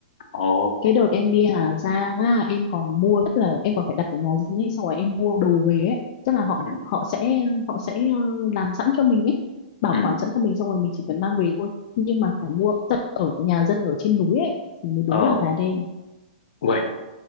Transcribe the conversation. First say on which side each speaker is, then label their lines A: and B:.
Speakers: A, on the left; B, on the left.
A: ồ
B: cái đợt em đi Hà Giang á em còn mua tức là em còn phải đặt ở nhà dân ấy xong rồi em mua đồ về ấy tức là họ
A: ừ
B: họ sẽ họ sẽ ờ, làm sẵn cho mình ấy bảo
A: ừ
B: quản sẵn cho mình xong rồi mình chỉ cần mang về thôi nhưng mà phải mua tận ở cái nhà dân ở trên núi ấy thì mới đúng
A: ờ
B: là gà đen
A: Uầy,